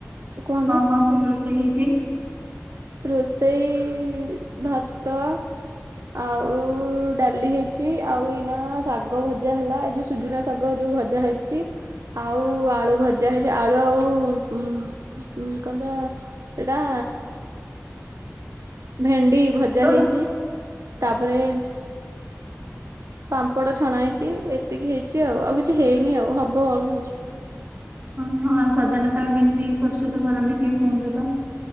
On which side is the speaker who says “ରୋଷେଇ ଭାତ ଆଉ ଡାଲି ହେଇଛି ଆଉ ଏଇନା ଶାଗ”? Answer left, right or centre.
Right